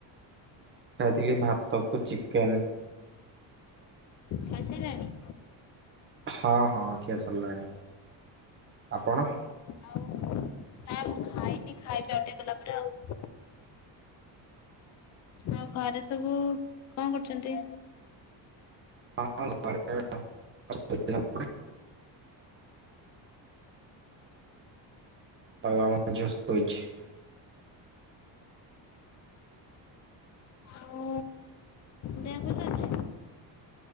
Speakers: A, on the right (about 25°); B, on the left (about 40°).
A: ଖାଇଥିଲି ଭାତକୁ ଚିକେନ୍।
B: ଖାଈସାଇଲେଣି?
A: ହଁ ହଁ ଖିଆ ସରିଲାଣି, ଆପଣ?
B: ଆଉ ନା ମୁଁ ଖାଇନି ଖାଇବି ଆଉଟିକେ ଗଲା ପରେ ଆଉ। ଆଉ ଘରେ ସବୁ କଣ କରୁଛନ୍ତି?
A: ହଁ ଘ <unintelligible> ଆଉ ଆ ଜସ୍ତ ହୋଇଇଛି <unintelligible>
B: ଆଉ ଦେହ ଭଲ ଅଛି